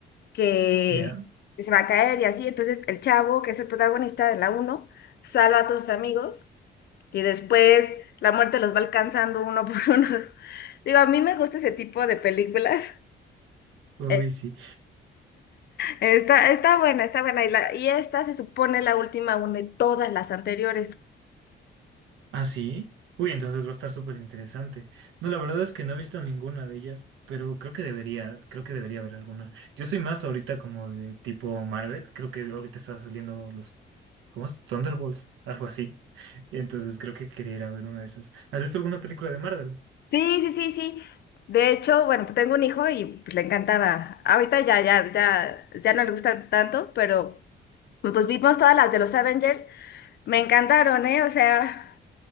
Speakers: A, on the left; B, on the right.
A: que
B: ya.
A: que se va a caer y así. Entonces el chavo, que es el protagonista de la uno salva a todos sus amigos y después la muerte los va alcanzando uno por <laughs> uno. Digo, a mí me gusta ese tipo de películas.
B: Uy,
A: Eh,
B: sí.
A: Está, está buena, está buena. Y, la- y esta se supone la última une todas las anteriores.
B: Ah, sí. Uy, entonces va a estar súper interesante. No, la verdad es que no he visto ninguna de ellas, pero creo que debería, creo que debería haber alguna. Yo soy más ahorita como de tipo Marvel, creo que ahorita estaba saliendo los, ¿cómo es? Thunderbolts, algo así. <laughs> Entonces creo que quería ir a ver una de esas. ¿Has visto alguna película de Marvel?
A: Sí, sí, sí, sí. De hecho, bueno, pues tengo un hijo y pues, le encantaba. Ahorita ya, ya, ya, ya no le gusta tanto, pero pues vimos todas las de los Avengers. Me encantaron, ¿eh? O sea,